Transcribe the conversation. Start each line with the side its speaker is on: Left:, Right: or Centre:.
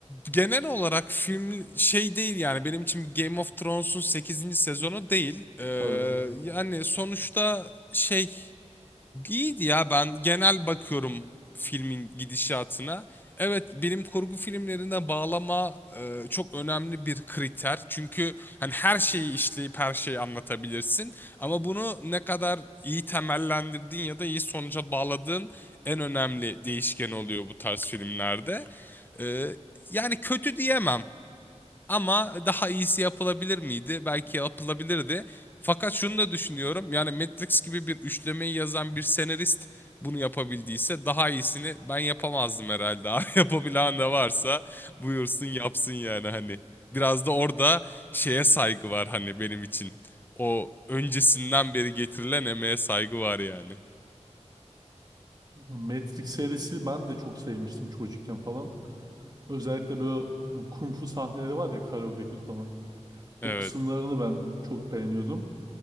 Left: genel olarak film şey değil yani benim için Game of Thrones'un sekizinci sezonu değil. Ee,
Right: Tabii.
Left: yani sonuçta şey İyiydi ya ben genel bakıyorum filmin gidişatına. Evet bilim kurgu filmlerine bağlama e, çok önemli bir kriter. Çünkü hani her şeyi işleyip her şeyi anlatabilirsin. Ama bunu ne kadar iyi temellendirdin ya da iyi sonuca bağladığın en önemli değişken oluyor bu tarz filmlerde. E, yani kötü diyemem. Ama daha iyisi yapılabilir miydi? Belki yapılabilirdi. Fakat şunu da düşünüyorum. Yani Matrix gibi bir üçlemeyi yazan bir senarist bunu yapabildiyse daha iyisini ben yapamazdım herhalde. <laughs> Abi yapabilen de varsa buyursun yapsın yani hani. Biraz da orada şeye saygı var hani benim için. O öncesinden beri getirilen emeğe saygı var yani.
Right: Matrix serisi ben de çok sevmiştim çocukken falan. Özellikle böyle hani, kung fu sahneleri var ya koreografili falan. O
Left: Evet.
Right: kısımlarını ben çok beğeniyordum.